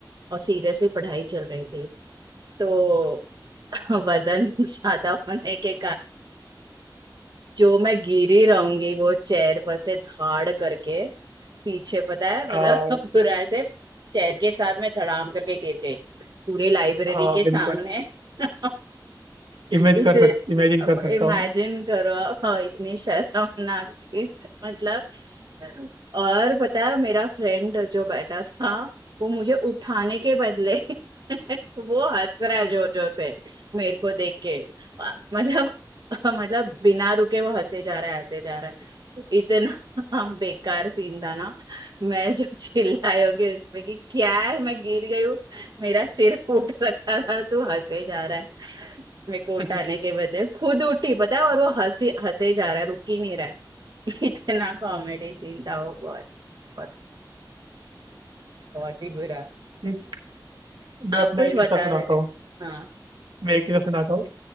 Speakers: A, on the right; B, on the right.
A: और सीरियसली पढ़ाई चल रही थी तो <laughs> वजन ज्यादा होने के जो मैं गिरी रहूंगी वो चेयर पर से धाड़ करके पीछे पता है मतलब
B: आ,
A: <laughs> पूरा ऐसे चेयर के साथ में धड़ाम करके गिर गई पूरे लाइब्रेरी
B: आ,
A: के सामने
B: बिल्कुल
A: <laughs>
B: इमेज
A: इतने
B: कर सक इमेजिन कर सकता
A: इमेजिन
B: हूँ
A: करो आप और इतनी शर्मनाक चीज मतलब और पता है मेरा फ्रेंड जो बैठा था वो मुझे उठाने के बदले <laughs> वो हंस रहा है जोर जोर से मेरे को देख के मतलब <laughs> मतलब बिना रुके वो हंसे जा रहा है हंसे जा रहा है इतना <laughs> बेकार सीन था ना मैं जो <laughs> चिल्लाई होगी उसमें कि क्या है मैं गिर गई हूँ मेरा सिर फूट सकता था तू हंसे जा रहा है मेरे को उठाने
B: <laughs>
A: के बदले खुद उठी पता है और वो हंसी हंसे जा रहा है रुक ही नहीं रहा है <laughs> इतना कॉमेडी सीन था वो बहुत बहुत बहुत ही बुरा
B: ठीक मैं
A: आप
B: अपना
A: कुछ
B: एक
A: बता
B: किस्सा सुनाता
A: रहे थे
B: हूँ
A: हाँ
B: मैं एक किस्सा सुनाता हूँ